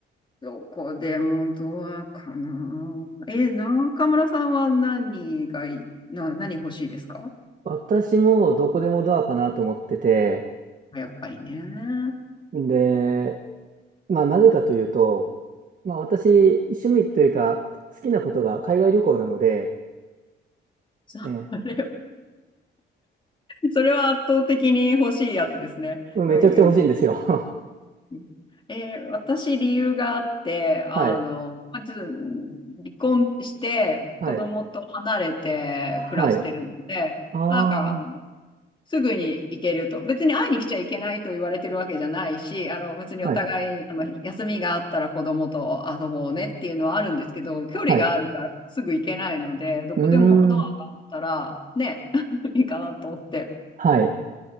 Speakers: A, on the left; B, on the right.
A: どこでもドアかな。え、中村さんは何がいい、な、何欲しいですか
B: 私もどこでもドアかなと思ってて、
A: やっぱりね。
B: で、まあなぜかというと、まあ私、趣味というか、好きなことが海外旅行なので、
A: それは、
B: ええ、
A: それは圧倒的に欲しいやつですね。
B: うんめちゃくちゃ欲しいんですよ。
A: うんう
B: <laughs>
A: ん。えー私、理由があって、
B: はい。
A: あの、まず、離婚して、
B: はい。
A: 子供と離れて暮らしてるので、
B: はい。ああ。
A: なんか、すぐに行けると。別に会いに来ちゃいけないと言われてるわけじゃないし、あの別にお互いまあの休みがあったら子供と遊ぼうねっていうのはあるんですけど、
B: はい。
A: 距離があるからすぐ行けないので、
B: はい。
A: どこでもドアがあったらね、
B: うーん。
A: <laughs> いいかなと思って。
B: はい。